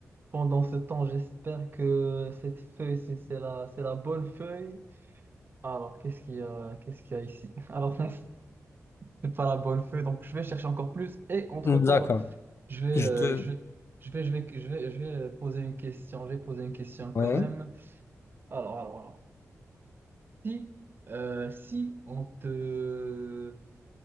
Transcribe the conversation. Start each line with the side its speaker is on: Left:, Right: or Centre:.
Right: pendant ce temps, j'espère que cette feuille, c'est c'est la, c'est la bonne feuille. Alors, qu'est-ce qu'il y a, qu'est-ce qu'il y a ici? <laughs> Alors, non, c'est pas la bonne feuille, donc je vais chercher encore plus. Et entre-temps,
Left: d'accord.
Right: bah, je vais,
Left: Je
Right: euh,
Left: te,
Right: je vais, je vais, je vais, je vais, je vais poser une question. Je vais poser une question quand
Left: ouais,
Right: même. Alors, alors, alors. Si, euh, si on te,